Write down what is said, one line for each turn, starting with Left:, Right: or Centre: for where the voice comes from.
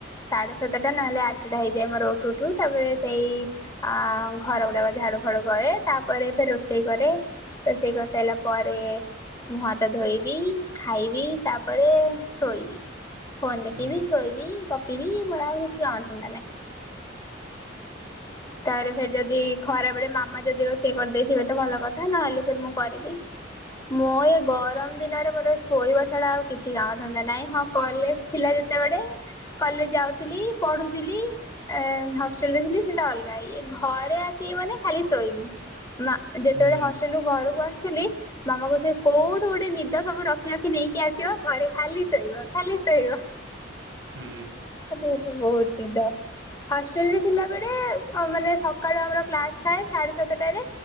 Left: ସାଢେ ସାତଟା ନହେଲେ ଆଠଟା ହେଇଯାଏ ମୋର ଉଠୁ ଉଠୁ। ତାପରେ ସେଇ ଅ ଘର ଗୁଡାକ ଝାଡୁ ଫାଡୁ କରେ ତାପରେ ରୋଷେଇ କରେ। ରୋଷେଇ କରିସାରିଲା ପରେ ମୁହଁ ହାତ ଧୋଇବି ଖାଇବି ତାପରେ ଶୋଇବି। ଫୋନ୍ ଦେଖିବି
Right: ହୁଁ
Left: ଶୋଇବି। କପି ବି ମୋର ଆଉ କିଛି କାମ ଧନ୍ଦା ନାଇଁ। ତାରେ ଫ ଯଦି ଖରା ବଳେ ମାମା ଯଦି ରୋଷେଇ କରିଦେଇଥିବେ ତ ଭଲ କଥା ନହେଲେ ଫ ମୁଁ କରିବି। ମୁଁ ଏ ଗରମ ଦିନରେ ମୋର ଶୋଇବ ଛଡା ଆଉ କିଛି କାମ ଥାନ୍ତା ନାଇଁ ହଁ କଲେଜ ଥିଲା ଯେତେବେଳେ କଲେ ଯାଉଥିଲି ପଢୁଥିଲି। ଏ ହଷ୍ଟେଲ ରେ ଥିଲି। ଡା ଇ ଘରେ ଆସି ମାନେ ଖାଲି ଶୋଇବି। ମା ଯେତେବେଳେ
Right: ହୁଁ
Left: ହଷ୍ଟେଲ ରୁ ଘରକୁ ଆସ ଖାଲି ମାମା କ ସେ କୋଉଠୁ ଗୋଟେ ନିଦ ସବୁ ରଖି ରଖି ନେଇକି ଆସିବ ଘରେ ଖାଲି ଶୋଇବ ଖାଲି ଶୋଇବ।
Right: ହୁଁ।
Left: ବହୁତ ନିଦ ହଷ୍ଟେଲ ରେ ଥିଲା ବଳେ ମାନେ ସକାଳୁ ଆମର କ୍ସ ଥାଏ ସାଢେ ସାତଟ